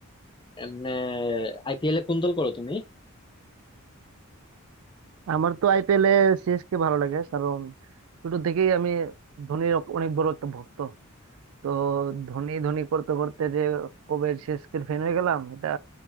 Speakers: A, on the left; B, on the right.
A: এমনি আইপিএল এ কোন দল করো তুমি
B: আমার তো আইপিএল A সিএসকে ভালো লাগে কারণ ছোট থেকেই আমি ধোনির অনেক বড় একটা ভক্ত তো ধোনি ধোনি করতে করতে যে কবে সিএসকের ফ্যান হয়ে গেলাম এটা